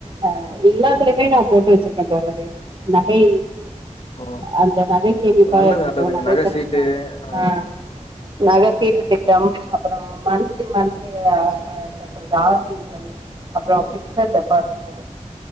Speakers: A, on the right (about 40°); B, on the left (about 50°).
A: அ எல்லாத்துலயுமே நா போட்டு வெச்சிர்க்கே தோண்டமே நகை
B: ஓ,
A: அந்த நகை சேமிப்பார்
B: நல்லது, நல்லதுங்க.
A: டோ நகை கடன்
B: சீட்டு
A: தா
B: ஆ
A: ஆஹ் நக சீட்டு திட்டம் அப்றோ மன்த்லி மன்த்லி ஆ க கட்றது ஆர் டி <unintelligible> அப்றோ ஃபிக்ஸல் டெபாசிட்டு